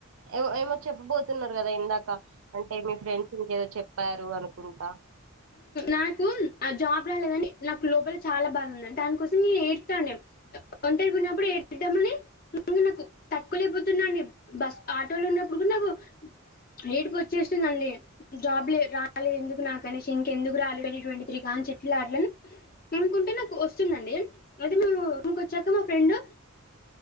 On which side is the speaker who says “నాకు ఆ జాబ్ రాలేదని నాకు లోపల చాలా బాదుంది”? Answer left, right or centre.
Left